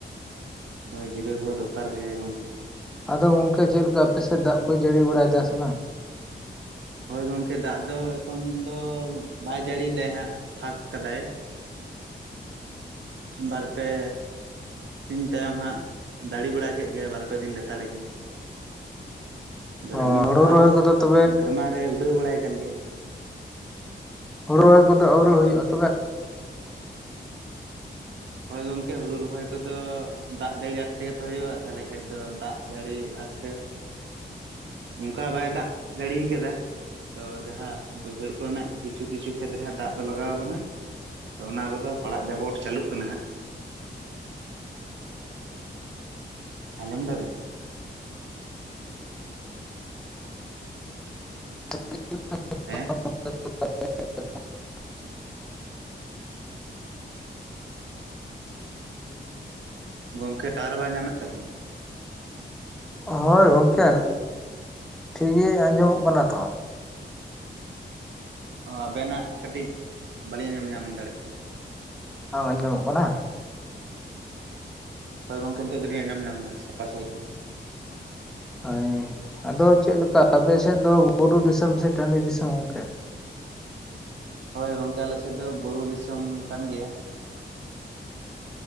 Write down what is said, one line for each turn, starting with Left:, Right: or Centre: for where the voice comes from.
Right: ᱦᱳᱭ ᱡᱤᱨᱟᱹᱣ ᱦᱚᱸ ᱫᱚᱨᱠᱟᱨ ᱜᱮᱭᱟᱭ ᱜᱚᱢᱠᱮ᱾
Centre: ᱟᱫᱚ ᱜᱚᱝᱠᱮ ᱪᱮᱫ ᱞᱮᱠᱟ ᱟᱯᱮᱥᱮᱫ ᱫᱟᱜ ᱠᱚᱭ ᱡᱟᱹᱲᱤ ᱵᱟᱲᱟᱭᱮᱫᱟ ᱥᱮ ᱵᱟᱝ?
Right: ᱦᱚᱭ ᱜᱚᱢᱠᱮ ᱫᱟᱜ ᱫᱚ ᱮᱠᱷᱚᱱ ᱫᱚ ᱵᱟᱭ ᱡᱟᱹᱲᱤᱭ ᱫᱟᱭ ᱦᱟᱸᱜ ᱯᱷᱟᱸᱠ ᱠᱟᱫᱟᱭ ᱮᱫ ᱵᱟᱨᱯᱮ ᱥᱤᱧ ᱛᱟᱭᱚᱢ ᱦᱟᱸᱜ ᱫᱟᱲᱮ ᱵᱟᱲᱟ ᱠᱮᱫ ᱜᱮ ᱵᱟᱨᱯᱮ ᱫᱤᱱ ᱞᱮᱛᱟᱲ ᱜᱮ
Centre: ᱚ
Right: ᱨᱤᱢᱤᱞ
Centre: ᱦᱩᱲᱩ
Right: ᱫᱚ ᱦᱟᱸᱜ
Centre: ᱨᱚᱦᱚᱭ ᱠᱚᱫᱚ ᱛᱚᱵᱮ
Right: ᱥᱮᱨᱢᱟᱨ ᱨᱮ ᱩᱰᱟᱹᱣ ᱵᱟᱲᱟᱭ ᱠᱟᱱ ᱜᱮᱭᱟ᱾
Centre: ᱦᱩᱲᱩ ᱨᱚᱦᱚᱭ ᱠᱚᱫᱚ ᱟᱹᱣᱨᱤ ᱦᱩᱭᱩᱜᱼᱟ ᱛᱚᱵᱮ?
Right: ᱦᱚᱭ ᱜᱚᱝᱠᱮ ᱦᱩᱲᱩ ᱨᱚᱦᱚᱭ ᱠᱚᱫᱚ ᱫᱟᱜ ᱡᱟᱹᱲᱤ ᱟᱥᱛᱮ ᱜᱮᱛᱚ ᱦᱩᱭᱩᱜᱼᱟ ᱛᱟᱦᱚᱞᱮ ᱠᱷᱟᱱ ᱫᱚ ᱫᱟᱜ ᱡᱟᱹᱲᱤ ᱟᱥᱛᱮ ᱚᱱᱠᱟ ᱵᱟᱭ ᱫᱟᱜ ᱡᱟᱹᱲᱤ ᱠᱟᱫᱟ᱾ ᱛᱚ ᱡᱟᱦᱟᱸ ᱵᱟᱹᱭᱦᱟᱹᱲ ᱠᱚᱨᱮᱱᱟᱜ ᱠᱤᱪᱷᱩ ᱠᱤᱪᱷᱩ ᱠᱷᱮᱛᱨᱮ ᱫᱟᱜ ᱫᱚ ᱞᱟᱜᱟᱣ ᱟᱠᱟᱱᱟ᱾ ᱛᱚ ᱚᱱᱟ ᱠᱚᱫᱚ ᱯᱟᱲᱟᱜ ᱡᱟᱵᱚᱴ ᱪᱟᱹᱞᱩᱜ ᱠᱟᱱᱟ ᱦᱟᱸᱜ ᱟᱸᱡᱚᱢ ᱮᱫᱟ ᱵᱮᱱ?
Centre: <unintelligible>
Right: ᱦᱮᱸ ᱜᱚᱝᱠᱮ ᱴᱟᱣᱟᱨ ᱵᱟᱭ ᱧᱟᱢᱮᱫ ᱛᱟᱵᱮᱱᱟ?
Centre: ᱦᱳᱭ ᱜᱚᱢᱠᱮ ᱴᱷᱤᱠ ᱜᱮ ᱟᱸᱡᱚᱢᱚᱜ ᱠᱟᱱᱟ ᱛᱚ᱾
Right: ᱚ ᱟᱵᱮᱱᱟᱜ ᱠᱟᱹᱴᱤᱡ ᱵᱟᱹᱞᱤᱧ ᱟᱸᱡᱚᱢ ᱧᱟᱢ ᱫᱟᱲᱮᱭᱟᱜ ᱠᱟᱱᱟ᱾
Centre: ᱵᱟᱝ ᱟᱸᱡᱚᱢᱚᱜ ᱠᱟᱱᱟ?
Right: ᱦᱚᱭ ᱜᱚᱢᱠᱮ ᱱᱤᱛᱚᱜ ᱫᱚ ᱞᱤᱧ ᱟᱸᱡᱚᱢ ᱧᱟᱢ ᱮᱫᱟ ᱥᱟᱯᱷᱟ ᱥᱟᱹᱦᱤᱡ ᱜᱮ᱾
Centre: ᱦᱳᱭ ᱟᱫᱚ ᱪᱮᱫᱮ ᱞᱮᱠᱟ ᱟᱯᱮᱥᱮᱫ ᱫᱚ ᱵᱩᱨᱩ ᱫᱤᱥᱚᱢ ᱥᱮ ᱴᱟᱺᱰᱤ ᱫᱤᱥᱚᱢ ᱜᱚᱝᱠᱮ?
Right: ᱦᱳᱭ ᱜᱚᱝᱠᱮ ᱟᱞᱮᱥᱮᱫ ᱫᱚ ᱵᱩᱨᱩ ᱫᱤᱥᱚᱢ ᱠᱟᱱ ᱜᱮᱭᱟ᱾